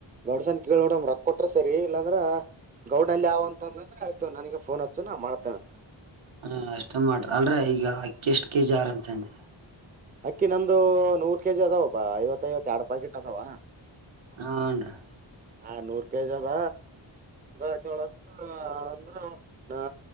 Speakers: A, on the right (about 20°); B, on the right (about 85°).
A: ಮಡ್ಸನ್ ಕೇಳ್ ನೋಡ ರೊಕ್ಕ ಕೊಟ್ರ ಸರಿ ಇಲ್ಲಾಂದ್ರ ಗೌಡ ಅಲ್ಲಿವ ಅಂತ ಅಂದ್ರೆ ಆಯ್ತು ನನಗೆ ಫೋನ್ ಹಚ್ಚು ನಾ ಮಾಡ್ತೇನಂತ
B: ಹ ಅಷ್ಟಮಟ್ರ ಅಲ್ರ ಈಗ ಅಕ್ಕಿ ಎಷ್ಟು ಕೆಜಿ ಆರ್ ಅಂತಂದ
A: ಅಕ್ಕಿ ನಂದು ನೂರ್ ಕೆಜಿ ಅದಾವಪ್ಪಾ ಐವತ್ತ ಐವತ್ ಎರಡು ಪಾಕೆಟ್ ಅದಾವ
B: ಹಾಂಡ್ರಿ
A: ಆ ನೂರ್ ಕೆಜಿ ಅದ ಹದಿನೆಳತ್ತು ಅಂದ್ರ ನ